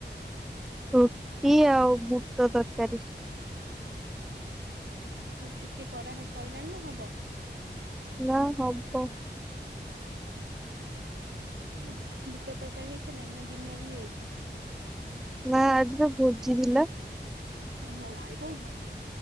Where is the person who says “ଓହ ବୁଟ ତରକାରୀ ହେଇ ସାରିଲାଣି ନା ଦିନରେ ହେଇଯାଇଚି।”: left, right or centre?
Right